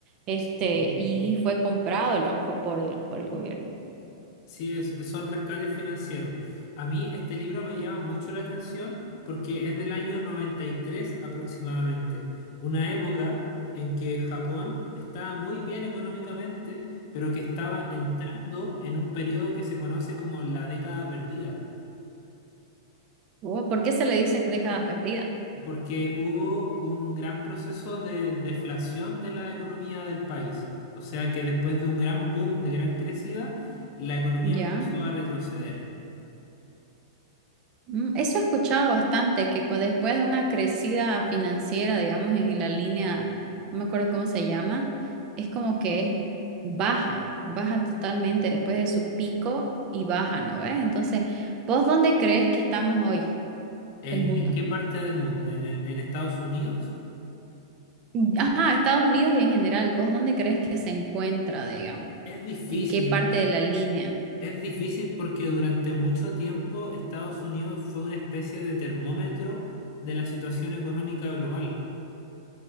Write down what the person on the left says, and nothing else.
Sí.
Sí, es- es- son rescates financieros. A mí este libro me llama mucho la atención porque es del año 93 aproximadamente, una época en que Japón estaba muy bien económicamente, pero que estaba entrando en un periodo que se conoce como la década perdida,
porque hubo un gran proceso de deflación de la economía del país. O sea que después de un gran boom, de gran crecida, la economía
empezó a retroceder.
¿En,
en qué parte del mundo? ¿En el- en Estados Unidos?
Es difícil,
es difícil porque durante mucho tiempo Estados Unidos fue una especie de termómetro de la situación económica global.